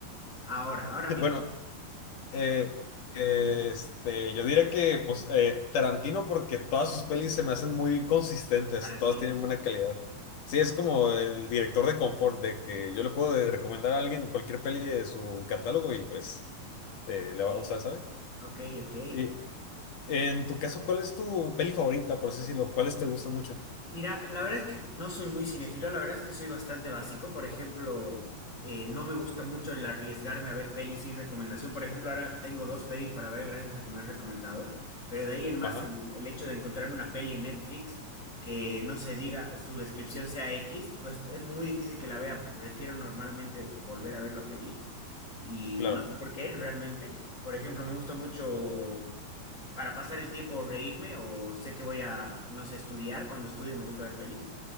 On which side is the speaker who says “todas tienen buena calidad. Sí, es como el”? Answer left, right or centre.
Left